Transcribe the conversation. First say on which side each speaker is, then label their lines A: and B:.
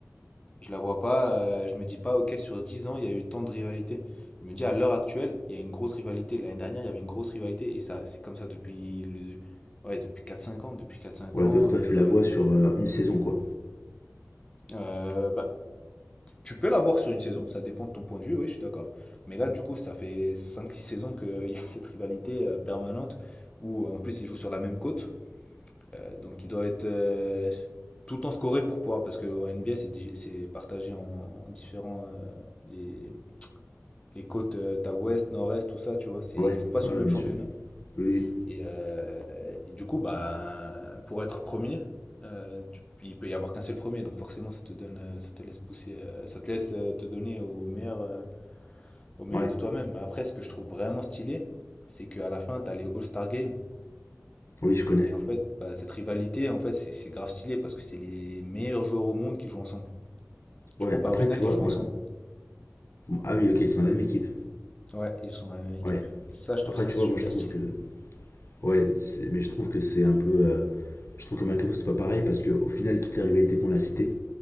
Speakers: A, on the left (about 20°); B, on the left (about 55°).
A: Je la vois pas. euh, je me dis pas, ok, sur 10 ans, il y a eu tant de rivalité. Je me dis, à l'heure actuelle, il y a une grosse rivalité. L'année dernière, il y avait une grosse rivalité. Et ça, c'est comme ça depuis le. Ouais, depuis quatre cinq ans. Depuis quatre cinq
B: Ouais,
A: ans,
B: toi, toi,
A: euh,
B: tu
A: il
B: la
A: y a
B: vois
A: la.
B: sur euh, une saison, quoi.
A: Euh, bah, tu peux la voir sur une saison, ça dépend de ton point de vue, oui, je suis d'accord. Mais là, du coup, ça fait cinq six saisons qu'il <laughs> y a cette rivalité euh, permanente où, euh, en plus, ils jouent sur la même côte. Euh, donc ils doivent être euh, tout le temps scorés pour pouvoir, parce que en NBA c'est di- c'est partagé en, en différents euh, les, les côtes, euh, t'as ouest, nord-est, tout ça, tu vois, c'est
B: Ouais,
A: ils jouent pas sur
B: ouais,
A: le même
B: bien
A: championnat.
B: sûr. Oui, oui,
A: Et, euh, et du coup, bah pour être premier, euh, tu- il peut y avoir qu'un seul premier, donc forcément ça te donne, euh, ça te laisse pousser, euh, ça te laisse euh, te donner au meilleur, euh, au meilleur
B: ouais,
A: de toi-même. Après, ce que je trouve vraiment stylé, c'est qu'à la fin, t'as les All-Star Games.
B: oui, je connais.
A: Et en fait, bah, cette rivalité, en fait, c'est c'est grave stylé parce que c'est les meilleurs joueurs au monde qui jouent ensemble. Du
B: Ouais,
A: coup, bah,
B: après,
A: au final,
B: tu vois,
A: ils jouent
B: moi,
A: ensemble.
B: ah oui, ok, ils sont dans la même équipe.
A: Ouais, ils sont dans la même équipe.
B: Ouais.
A: Et ça, je trouve
B: Après,
A: ça
B: tu
A: super
B: vois, moi, je trouve
A: stylé.
B: que, ouais, c'est- mais je trouve que c'est un peu, euh, je trouve que malgré tout, c'est pas pareil parce que au final, toutes les rivalités qu'on a citées